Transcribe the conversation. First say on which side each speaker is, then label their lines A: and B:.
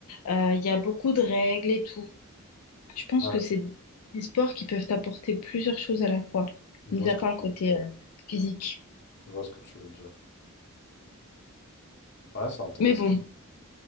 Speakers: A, on the left; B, on the left.
A: Euh, Il y a beaucoup de règles et tout. Je pense
B: Ouais,
A: que c'est des sports qui peuvent apporter plusieurs choses à la fois,
B: je
A: mis
B: vois ce
A: à
B: que
A: part
B: tu
A: le côté
B: veux dire.
A: euh, physique.
B: Je vois ce que tu veux dire. Ouais, c'est intéressant.
A: Mais bon,